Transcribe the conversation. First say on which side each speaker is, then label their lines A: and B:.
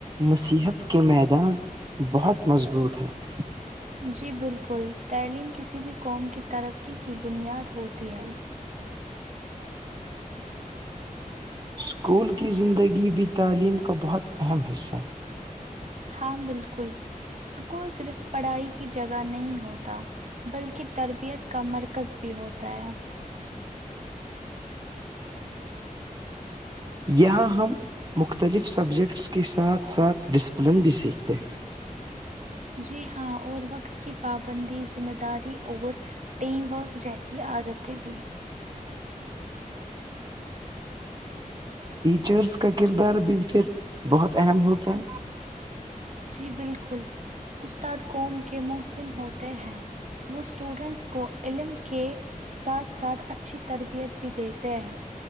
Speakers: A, on the right; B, on the right.
A: مصحت کے میدان بہت مضبوط ہیں
B: جی بالکل تعلیم کسی بھی قوم کی ترقی کی بنیاد ہوتی ہے
A: اسکول کی زندگی بھی تعلیم کا بہت اہم حصہ ہے
B: ہاں بالکل اسکول صرف پڑھائی کی جگہ نہیں ہوتا بلکہ تربیت کا مرکز بھی ہوتا ہے
A: یہاں ہم مختلف سبجیکٹس کے ساتھ ساتھ ڈسپلن بھی سیکھتے ہیں
B: جی ہاں اور وقت کی پابندی ذمہ داری اور ٹیم ورک جیسی عادتیں بھی
A: ٹیچرس کا کردارب پھر بہت اہم ہوتا ہے
B: جی بالکل استاد قوم کے محسن ہوتے ہیں وہ اسٹوڈنٹس کو علم کے ساتھ ساتھ اچھی تربیت بھی دیتے ہیں